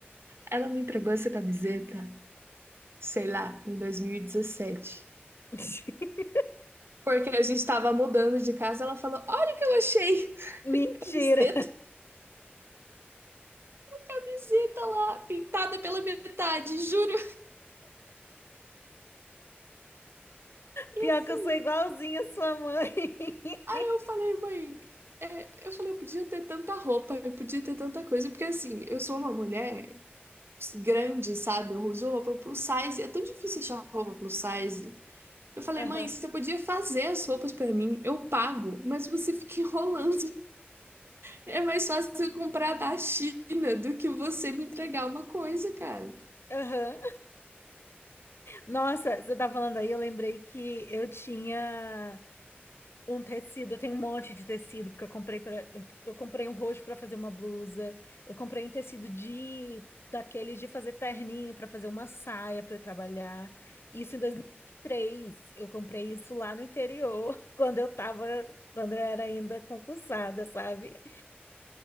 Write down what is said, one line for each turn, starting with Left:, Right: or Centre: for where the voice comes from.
Right: ela me entregou essa camiseta, sei lá, em 2017.
Left: <laughs>
Right: Porque a gente tava mudando de casa, ela falou: Olha o que eu achei!
Left: Mentira.
Right: <laughs> Camiseta. camiseta lá, pintada pela metade, juro.
Left: Pior
Right: E assim,
Left: que eu sou igualzinha à sua mãe. <laughs>
Right: eu falei, mãe, é, eu falei, eu podia ter tanta roupa, eu podia ter tanta coisa, porque assim, eu sou uma mulher grande, sabe? Eu uso roupa plus size, é tão difícil achar roupa plus size. Eu falei,
Left: Aham,
Right: mãe, você podia fazer as roupas pra mim, eu pago, mas você fica <laughs> enrolando. É mais fácil eu comprar da China do que você me entregar uma coisa, cara.
Left: aham. Nossa, você tá falando aí, eu lembrei que eu tinha um tecido, eu tenho um monte de tecido, porque eu comprei para eu, eu comprei um roxo pra fazer uma blusa, eu comprei um tecido de daqueles de fazer terninho pra fazer uma saia pra eu trabalhar. Isso em 2023. eu comprei isso lá no interior, <laughs> quando eu tava, quando eu era ainda concursada, sabe?